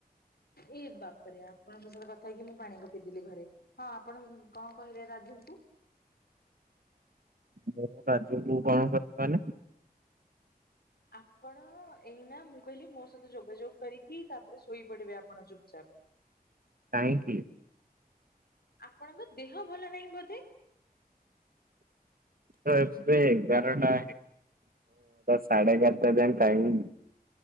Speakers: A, on the left; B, on the right.
A: ଏଇ ବାପରେ ଆ ପଣଙ୍କ ସହ କଥା ହେଇକି ମୁଁ ପାଣି ପକେଇଦେଲି ଘରେ। ହଁ ଆପଣ କଁ କହିଲେ ରାଧୁଙ୍କୁ?
B: ମୁଁ ରାଧୁଙ୍କ କଣ କହିଲି ମାନେ?
A: ଆପଣ ଏଇନା ମୁଁ କହିଲି ମୋ ସହିତ ଯୋଗାଯୋଗ କରିକି ତାପରେ ଶୋଇପଡି଼ବେ ଆପଣ ଚୁପଚାପ୍।
B: କାହିଁକି?
A: ଆପଣଙ୍କ ଦେହ ଭଲ ନାହିଁ ବୋଧେ।
B: <unintelligible> ସାଢେ ଏଗାରଟା ଯାଏଁ ଟାଇମ ନି।